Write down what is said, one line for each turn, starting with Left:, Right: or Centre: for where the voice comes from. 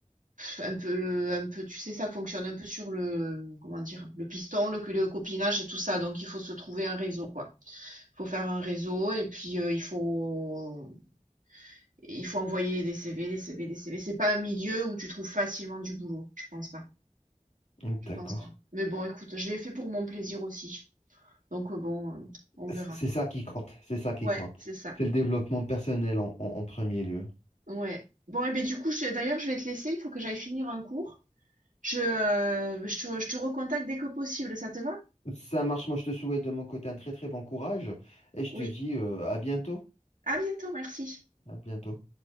Right: Un peu un peu tu sais, ça fonctionne un peu sur le comment dire? Le piston, le cu le copinage et tout ça, donc il faut se trouver un réseau, quoi. Il faut faire un réseau et puis, heu, il faut il faut envoyer des CV, des CV, des CV. C'est pas un milieu où tu trouves facilement du boulot, je pense pas,
Left: Mm,
Right: je
Left: D'accord.
Right: pense pas. Mais bon, écoute, je l'ai fait pour mon plaisir aussi, donc heu, bon, heu, on
Left: C'est
Right: verra.
Left: c'est ça qui compte, c'est ça qui
Right: Ouais,
Left: compte.
Right: c'est ça.
Left: C'est le développement personnel en, en- en premier lieu.
Right: Ouais. Bon et ben du coup, je d'ailleurs, je vais te laisser, il faut que j'aille finir un cours. Je, heu, je te je te recontacte dès que possible, ça te va?
Left: Ça marche, moi je te souhaite de mon côté un très très bon courage et je
Right: Oui.
Left: te dis euh, à bientôt.
Right: À bientôt, merci.
Left: À bientôt.